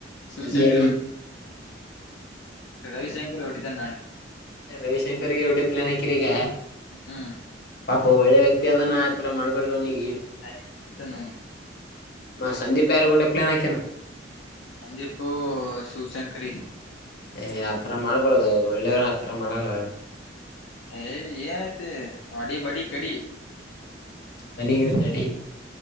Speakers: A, on the left; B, on the left.
A: ಶಿವಶಂಕರ್
B: ಎ
A: ರವಿಶಂಕರ್ ಹೊಡಿತಾನ ನಾಳೆ.
B: ರವಿಶಂಕರ್ಗೆ ಎಏಡೆ ಪ್ಲಾನ್ ಹಾಕಿರಿ ಈಗ.
A: ಹಾ
B: ಪಾಪ ಒಳ್ಳೆ ವ್ಯಕ್ತಿ ಅದಾನ ಆತರ ಮಾಡ್ಬಿಡ್ರರು ಅವನಿಗೆ.
A: ಆ ಚ ನಮ
B: ಮ ಸಂದೀಪ್ ಯಾರಗೂಡೆ ಪ್ಲಾನ್ ಆಕ್ಯಾನ.
A: ಸಂದೀಪು ಶಿವಶಂಕರಿ.
B: ಏ್ ಆತರ ಮಾಡ್ಬಾರದು ಒಳ್ಳೆಯವರು ಆತರ ಮಾಡಲ್ಲ.
A: ಏಯ್ ಏನೈತಿ ವಡಿ ಬಡಿ ಕಡಿ.
B: ಮನಿಗ ನಡಿ.